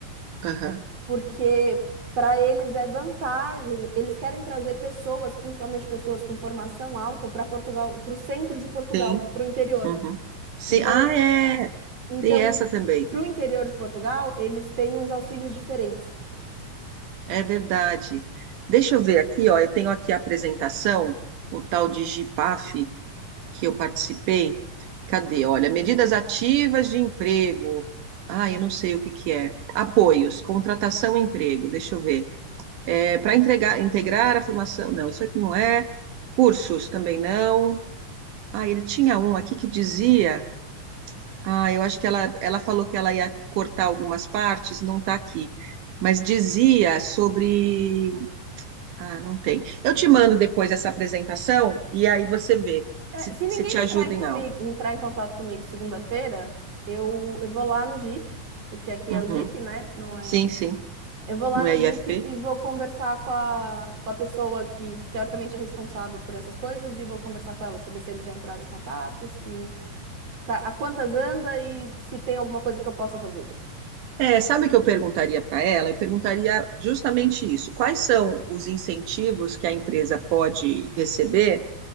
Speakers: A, on the right (about 80°); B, on the right (about 50°).
A: Aham.
B: porque para eles é vantagem, eles querem trazer pessoas, principalmente pessoas com formação alta, para Portugal, para o centro de Portugal,
A: Sim.
B: para o interior.
A: Uhum. Sim.
B: Então,
A: Ah, é.
B: então,
A: Tem essa também.
B: para o interior de Portugal, eles têm uns auxílios diferentes.
A: É verdade. Deixa eu ver aqui, ó. Eu tenho aqui a apresentação, o tal de GIPAF que eu participei. Cadê? Olha, medidas ativas de emprego. Ah, eu não sei o que que é. Apoios, contratação e emprego. Deixa eu ver. É, para entregar, integrar a formação. Não, isso aqui não é. Cursos também não. Ah, ele tinha um aqui que dizia. Ah, eu acho que ela, ela falou que ela ia cortar algumas partes, não está aqui. Mas dizia sobre ah, não tem. Eu te mando depois essa apresentação e aí você vê
B: É,
A: se,
B: se ninguém
A: se te ajuda
B: entrar em, comigo,
A: em algo.
B: entrar em contato comigo segunda-feira, eu, eu vou lá no Jeep, porque aqui
A: Uhum.
B: é o Jeep, né? Não é
A: Sim, sim,
B: Eu vou lá
A: não
B: no
A: é
B: Jeep
A: IFP?
B: e vou conversar com a, com a pessoa que teoricamente é responsável por essas coisas e vou conversar com ela, saber se eles já entraram em contato, se ca- a quantas anda e se tem alguma coisa que eu possa fazer.
A: É, sabe o que eu perguntaria para ela? Eu perguntaria justamente isso. Quais são os incentivos que a empresa pode receber